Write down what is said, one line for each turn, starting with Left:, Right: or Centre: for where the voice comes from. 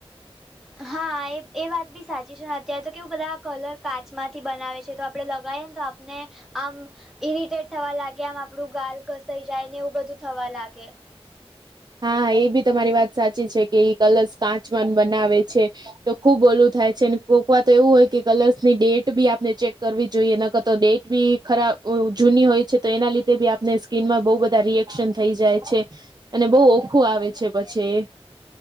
Centre: હા એ એ વાત બી સાચી છે ને અત્યારે તો કેવું બધા કલર કાચમાંથી બનાવે છે તો કપડે લગાવએ ને તો આપને આમ <unintelligible> ઈરિટેટ થવા લાગે આમ આપણું ગાલ ઘસાઈ જાય ને એવું બધું થવા લાગે
Right: હા એ બી તમારી વાત સાચી છે કે એ કલર્સ કાચ માંથી બનાવે છે. તો ખુબ ઓલું થાય છે કોકવાર તો એવું હોય કે કલર્સ ની ડેટ બી આપણે ચેક કરવી જોઈએ ન કરતો ડેટ બી ખરાબ જૂની હોય છે તો એના લીધે બી આપને સ્કીિનમાં બહુ બધા રિએક્શન થઈ જાય છે અને બહુ ઓખું આવે છે પછી